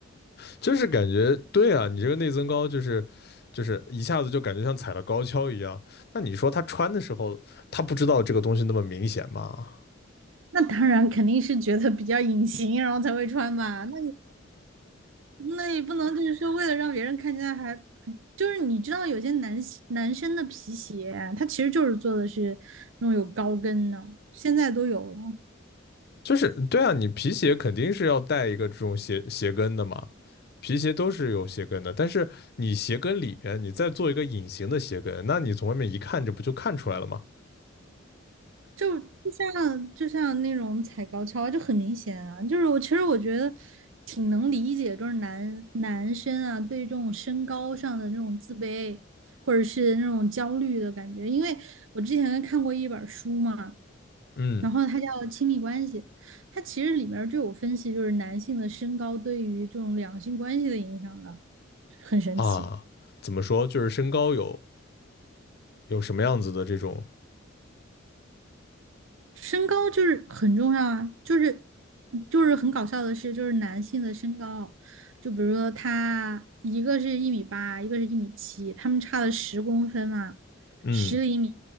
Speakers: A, on the left; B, on the right.
A: 就是感觉对啊，你这个内增高就是就是一下子就感觉像踩了高跷一样，那你说他穿的时候，他不知道这个东西那么明显吗？
B: 那当然肯定是觉得比较隐形，然后才会穿吧。那那也不能就是为了让别人看见，还，就是你知道有些男男生的皮鞋啊，他其实就是做的是那种有高跟的，现在都有了，
A: 就是对啊，你皮鞋肯定是要带一个这种鞋鞋跟的嘛，皮鞋都是有鞋跟的，但是你鞋跟里边你再做一个隐形的鞋跟，那你从外面一看，这不就看出来了吗？
B: 就就像就像那种踩高跷啊，就很明显啊。就是我其实我觉得挺能理解，就是男男生啊对这种身高上的那种自卑或者是那种焦虑的感觉，因为我之前看过一本书嘛。
A: 嗯
B: 然后它叫亲密关系，它其实里面儿就有分析，就是男性的身高对于这种两性关系的影响的，很神奇。
A: 啊，怎么说，就是身高有有什么样子的这种，
B: 身高就是很重要啊，就是就是很搞笑的事，就是男性的身高，就比如说他一个是一米八，一个是一米七，他们差了十公分嘛，
A: 嗯
B: 十厘米